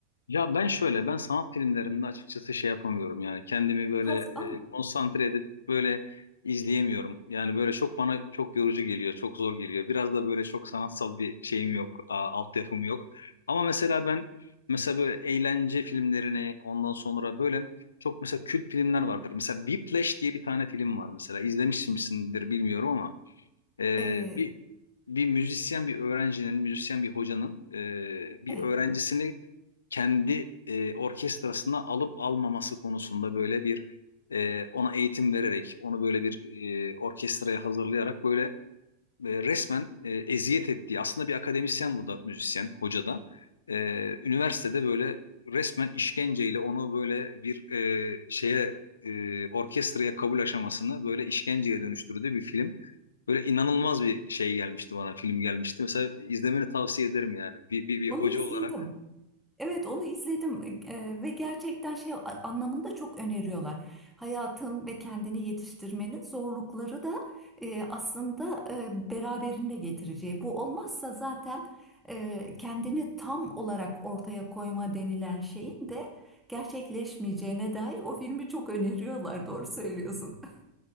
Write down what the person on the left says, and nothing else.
Ya ben şöyle, ben sanat filmlerinde açıkçası şey yapamıyorum yani kendimi böyle
e, konsantre edip böyle izleyemiyorum. Yani böyle çok bana çok yorucu geliyor, çok zor geliyor. Biraz da böyle çok sanatsal bir şeyim yok, a, altyapım yok. Ama mesela ben mesela böyle eğlence filmlerini ondan sonra böyle çok mesela kült filmler vardır. Mesela Whiplash diye bir tane film var mesela izlemişsinizdir bilmiyorum ama. Ee,
bir bir müzisyen bir öğrencinin, müzisyen bir hocanın e, bir
öğrencisini kendi e, orkestrasına alıp almaması konusunda böyle bir e, ona eğitim vererek, onu böyle bir e, orkestraya hazırlayarak böyle e, resmen e, eziyet ettiği aslında bir akademisyen bu da müzisyen hoca da e, üniversitede böyle resmen işkenceyle onu böyle bir e, şeye e, orkestraya kabul aşamasını böyle işkenceye dönüştürdüğü bir film. Böyle inanılmaz bir şey gelmişti bana film gelmişti. Mesela izlemeni tavsiye ederim yani bir, bir, bir
hoca
olarak